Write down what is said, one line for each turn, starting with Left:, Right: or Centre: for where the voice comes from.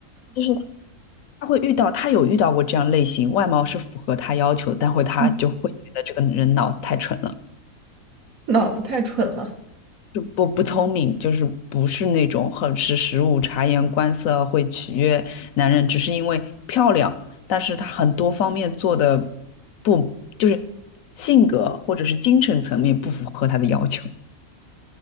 Left: 就是他会遇到，他有遇到过这样类型，外貌是符合他要求，但会他就会觉得这个人脑子太蠢了。
Right: 嗯脑子太蠢了。
Left: 就不不聪明，就是不是那种很识时务、察言观色会取悦男人，只是因为漂亮。但是她很多方面做的不，就是性格或者是精神层面不符合他的要求。